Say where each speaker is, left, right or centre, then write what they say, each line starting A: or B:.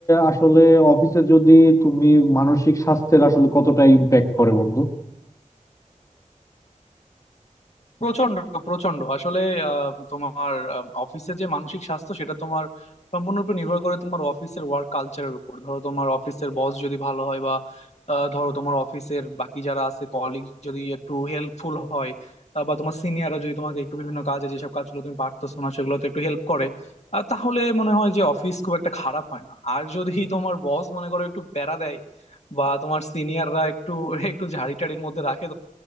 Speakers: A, on the left; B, on the left.
A: আসলে অফিসে যদি তুমি মানসিক স্বাস্থ্যের আসলে কতটা ইম্প্যাক্ট করে বন্ধু
B: প্রচন্ড প্রচন্ড আসলে আহ, তোমার অফিসে যে মানসিক স্বাস্থ্য সেটা তোমার সম্পূর্ণরূপে নির্ভর করে তোমার অফিসের ওয়ার্ক কালচারের উপর ধরো তোমার অফিসের বস যদি ভালো হয় বা আহ, ধরো তোমার অফিসের বাকি যারা আছে কলিগ যদি একটু হেল্পফুল হয় আহ, বা তোমার সিনিয়ররা যদি তোমাকে একটু বিভিন্ন কাজে যেসব কাজগুলো তুমি পারতেছো না সেগুলোতে একটু হেল্প করে আহ, তাহলে মনে হয় যে অফিস খুব একটা খারাপ হয় না আর যদি তোমার বস মনে করো একটু প্যারা দেয় বা তোমার সিনিয়ররা একটু <laughs> একটু ঝাড়ি টাড়ির মধ্যে রাখে